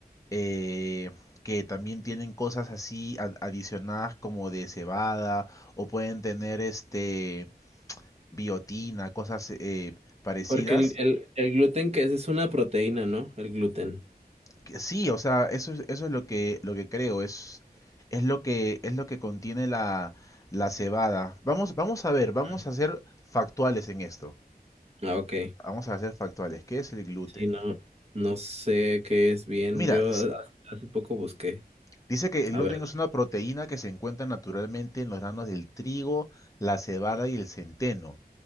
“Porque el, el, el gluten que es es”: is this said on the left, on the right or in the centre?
Right